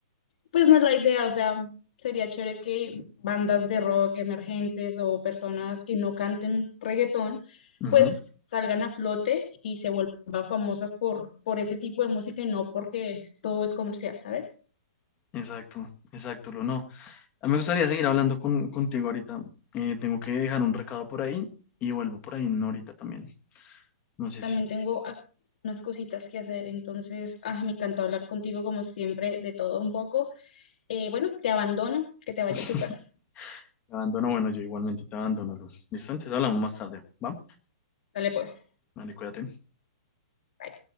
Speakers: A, on the left (about 45°); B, on the left (about 15°).
A: Pues no es la idea, o sea, sería chévere que bandas de rock emergentes o personas que no canten reggaetón,
B: Ujú,
A: pues salgan a flote y se vuelvan famosas por, por ese tipo de música y no porque todo es comercial, ¿sabes?
B: Exacto, exacto, lo no. A mí me gustaría seguir hablando con, contigo ahorita. Eh, tengo que dejar un recado por ahí y vuelvo por ahí en una horita también. No sé
A: También
B: si
A: tengo ac- unas cositas que hacer, entonces, ah, me encantó hablar contigo como siempre de todo un poco. Eh, bueno, te abandono, que
B: <laughs>
A: te vaya
B: te
A: súper.
B: abandono. Bueno, yo igualmente te abandono, Luz. Listo, entonces hablamos más tarde. ¿Va?
A: Dale pues.
B: Vale, cuídate.
A: bye.